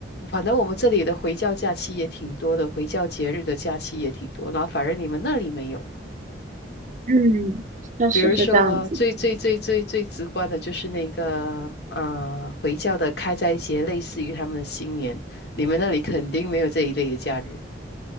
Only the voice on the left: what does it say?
反正我们这里的回教假期也挺多的，回教节日的假期也挺多，然后反而你们那里没有。
比如说，最最最最最直观的就是那个呃，回教的开斋节，类似于他们的新年。你们那里肯定没有这一类的假日。